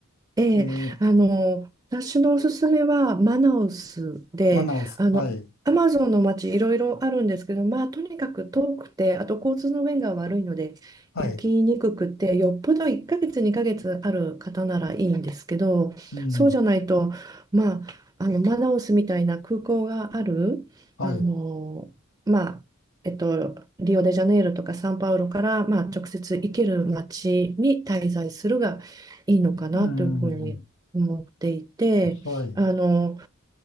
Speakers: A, on the right (about 15°); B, on the left (about 80°).
A: ええ、
B: えー
A: あの、私のおすすめはマナウスで、
B: マナウス、
A: あの、
B: はい。
A: アマゾンの街いろいろあるんですけど、まあ、とにかく遠くて、あと交通の便が悪いので、
B: はい。
A: 行きにくくて、よっぽど1ヶ月、2ヶ月ある方ならいいんですけど、
B: うん。
A: そうじゃないと、まあ、あの、マナウスみたいな空港がある、
B: はい。
A: あの、まあ、えっと、リオデジャネイロとかサンパウロから、まあ、直接行ける街に滞在するがいいのかなというふうに思っていて、
B: うん。はい。
A: あの、